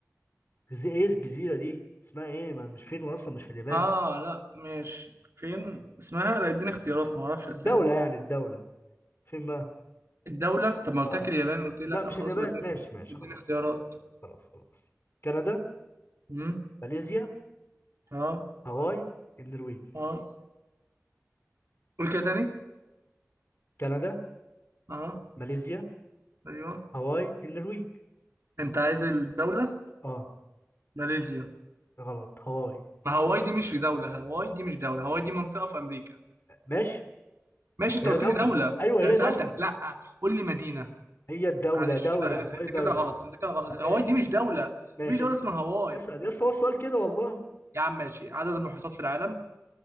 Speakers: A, on the left; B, on the right.
A: زي ايه الجزيرة دي اسمها ايه ما مش فين اصلا مش في اليابان
B: اه لا ماشي فين اسمها لا اديني اختيارات ما اعرفش
A: الدولة
B: اسامي
A: يعني الدولة فين بقى
B: الدولة طب ما قلت
A: اه
B: لك اليابان قلت لي لا
A: لا مش
B: خلاص
A: اليابان
B: يبقى اديني
A: ماشي
B: اخت-
A: ماشي
B: اديني
A: خلاص
B: اختيارات
A: خلاص خلاص خلاص كندا
B: امم
A: ماليزيا
B: اه
A: هاواي النرويج
B: اه قول كده تاني
A: كندا
B: اه
A: ماليزيا
B: ايوه
A: هاواي النرويج
B: انت عايز الدولة
A: اه
B: ماليزيا
A: غلط هاواي
B: ما هواي دي مش دولة هواي دي مش دولة هواي دي منطقة في امريكا
A: ماشي
B: ماشي
A: بس
B: انت
A: هي
B: قلت
A: دولة
B: لي دولة
A: ايوه هي
B: انا سألتك
A: دولة
B: لا قول لي مدينة
A: هي الدولة
B: معلش
A: دولة
B: لا
A: هاواي
B: انت
A: دولة
B: كده غلط انت كده غلط هواي
A: ماشي
B: دي
A: يا
B: مش
A: اسطى
B: دولة
A: ماشي
B: مفيش دولة
A: اسأل
B: اسمها هواي
A: اسأل يا اسطى هو السؤال كده والله
B: يا عم ماشي عدد المحيطات في العالم